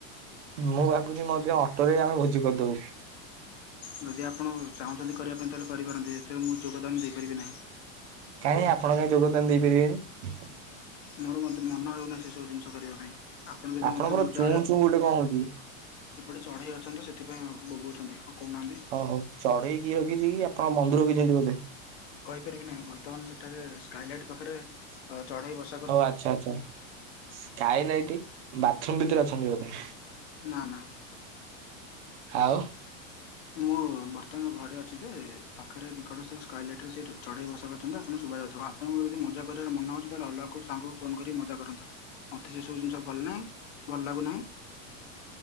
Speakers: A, on the right; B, on the left.
A: ମୁଁ ଭାବୁନି ମଧ୍ୟ ଅଟୋରେ ଆମେ ଭୋଜି କରିଦବୁ।
B: ଯଦି ଆପଣ ଚାହୁଁଛନ୍ତି କରିବା ପାଇଁ ତାହେଲେ କରିପାରନ୍ତି ଏଥିରେ ମୁଁ ଯୋଗଦାନ ଦେଇପାରିବି ନାହିଁ।
A: କାଇଁ ଆପଣ କାଇଁ ଯୋଗଦାନ ଦେଇପାରିବେନି?
B: ମୋର ମୋତେ ମନ ହେଉନାହିଁ ସେ ସବୁ ଜିନିଷ କରିବା ପାଇଁ ଆପଣ ଯଦି
A: ଆପଣଙ୍କର
B: ମତେ ମଜା
A: ଚୁଁ
B: ଆଡ଼େ
A: ଚୁଁ ଗୋଟେ କଣ ହଉଛି?
B: ଏପଟେ ଚଢେଇ ଅଛନ୍ତି ତ ସେଥିପାଇଁ ବୋବଉଛନ୍ତି ହଁ କଉନାହାନ୍ତି।
A: ଓ ହୋ ଚଢ଼େଇ <unintelligible> ରଖିଛନ୍ତି ବୋଧେ।
B: କହିପାରିବି ନାହିଁ ବର୍ତ୍ତମାନ ସେଠାରେ ସ୍କାଇଲାଇଟ ପାଖରେ ଚଢେଇ ବସ
A: ହଉ ଆଚ୍ଛା ଆଚ୍ଛା ସ୍କାଇ ଲାଇଟ ବାଥରୁମ ଭିତରେ ଅଛନ୍ତି ବୋଧେ?
B: ନା ନା।
A: ଆଉ।
B: ମୁଁ ବର୍ତ୍ତମାନ ଘରେ ଅଛି ଯେ ପାଖରେ ନିକଟସ୍ଥ ସ୍କାଏଲାଇଟ ରେ ସେ ଚଢେଇ ବସା କହିଛନ୍ତି। ତ ଆପଣ ଙ୍କୁ ଶୁବାଯାଉଥିବା, ଆପଣଙ୍କୁ ଯଦି ମଜା କରିବାର ମାନହଉଛି ଅଲଗା କଉ ସାଙ୍ଗଙ୍କୁ ଫୋନ କରି ମଜା କରନ୍ତୁ ମୋତେ ସେ ସବୁ ଜିନିଷ ଭଲ ନାହିଁ ଭଲ ଲାଗୁନାହିଁ